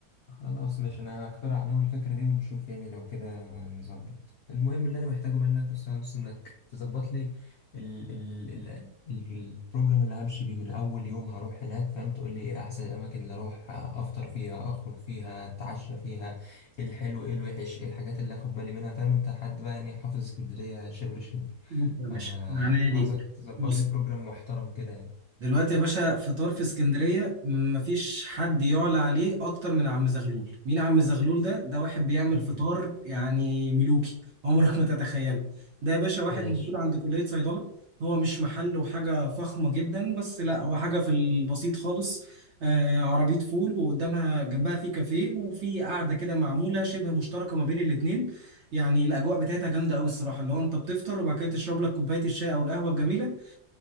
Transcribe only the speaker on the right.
بص يا
باشا من عينيا ليك
بص
دلوقتي يا باشا فطار في اسكندرية مفيش حد يعلى عليه أكتر من عم زغلول مين عم زغلول ده؟ ده واحد بيعمل
فطار يعني ملوكي عمرك ما تتخيله ده يا باشا واحد
موجود عند كلية صيدلة هو مش محل وحاجة فخمة جدا بس لا هو حاجة في البسيط خالص آه عربية فول وقدامها جنبها في كافيه وفي قعدة كده معمولة شبه مشتركة ما بين الاتنين يعني الأجواء بتاعتها جامدة أوي الصراحة اللي هو أنت بتفطر وبعد كده تشرب لك كوباية الشاي أو القهوة الجميلة